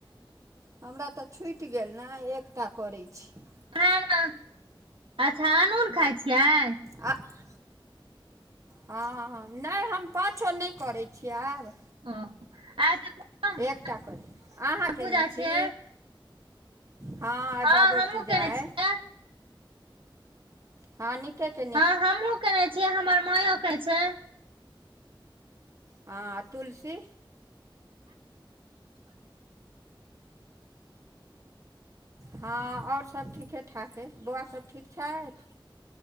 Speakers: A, on the right; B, on the right.
A: हमरा तऽ छूट गेल न एकटा करै छी।
B: <unintelligible> अच्छा अन उन खााय छियै आय।
A: आ <unintelligible> हाँ-हाँ ने हम पांचों ने करै छीये आब।
B: ओ आइ तऽ पूजा
A: एकटा करी। अहाँ केयने
B: पूजा
A: छी?
B: छियै
A: हाँ आइ
B: हँ
A: बाबो
B: हमहुँ
A: पूजा
B: केने
A: ऐय।
B: छियै
A: हाँ नीके केल
B: हाँ हमहुँ केने छियै हमर माययो के छैय।
A: हांँ तुलसी। हाँ और सभ ठीके-ठाके। बौआ सब ठीक छैथ?